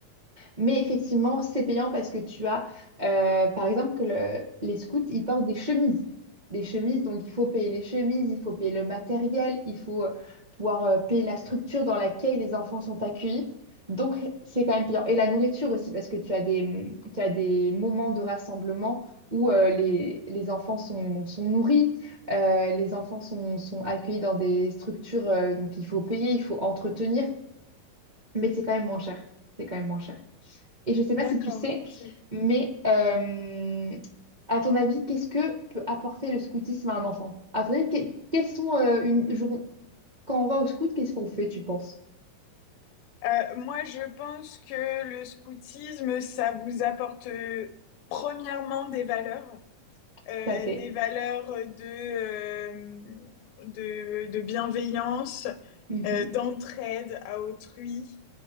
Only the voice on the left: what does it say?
D'accord.
c'est-
Euh, moi, je pense que le scoutisme, ça vous apporte euh, premièrement des valeurs. euh,
des valeurs de, euh, de, de bienveillance,
euh, d'entraide à autrui,